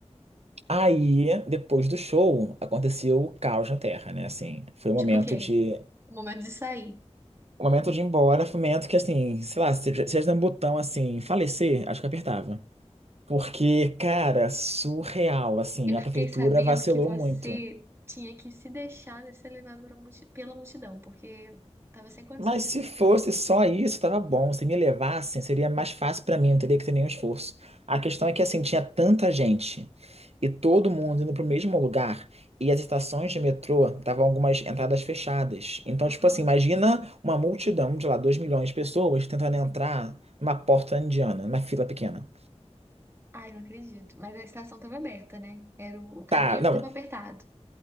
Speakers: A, on the right; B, on the right.
A: Aí, depois do show, aconteceu o caos na Terra, né? Assim, foi o
B: Tipo
A: momento
B: o quê?
A: de.
B: O momento de sair.
A: O momento de ir embora foi o momento que, assim, sei lá, se se tivesse um botão assim, falecer, acho que apertava. Porque, cara, surreal, assim,
B: Eu
A: a
B: fiquei
A: prefeitura
B: sabendo
A: vacilou
B: que você
A: muito.
B: tinha que se deixar de ser levado pra multi- pela multidão, porque tava sem condições
A: Mas
B: de
A: se
B: sair
A: fosse
B: dali.
A: só isso, tava bom. Se me levassem, seria mais fácil pra mim, não teria que ter nenhum esforço. A questão é que, assim, tinha tanta gente e todo mundo indo pro mesmo lugar e as estações de metrô estavam algumas entradas fechadas. Então,
B: Aham,
A: tipo assim, imagina uma multidão de lá, 2 milhões de pessoas tentando
B: sim.
A: entrar numa porta indiana, numa fila pequena.
B: Ai, não acredito. Mas a estação tava aberta, né? Era o o caminho
A: Tá, não,
B: que tava apertado.